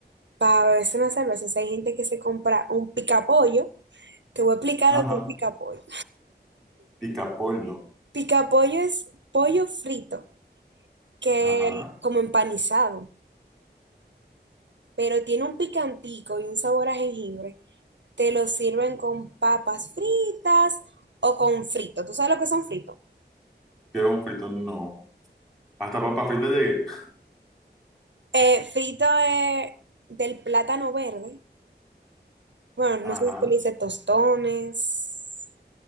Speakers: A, on the right; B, in the centre.
A: Para beberse una cerveza, o sea, hay gente que se compra un picapollo. Te voy a explicar
B: ajá,
A: lo que es picapollo.
B: picapollo,
A: Picapollo es pollo frito, que
B: ajá,
A: el- como empanizado, pero tiene un picantico y un sabor a jengibre. Te lo sirven con papas fritas o con frito. ¿Tú sabes lo que son fritos?
B: que un frito no. Hasta papa frita llegué,
A: Eh, frito de- del plátano verde. Bueno,
B: ajá.
A: no sé si tú le dices tostones.